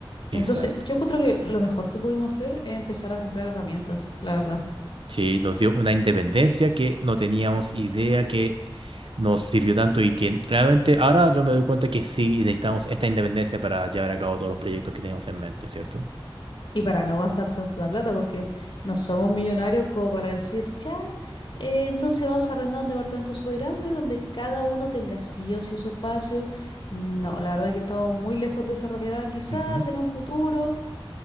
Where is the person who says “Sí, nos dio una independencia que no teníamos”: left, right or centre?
Right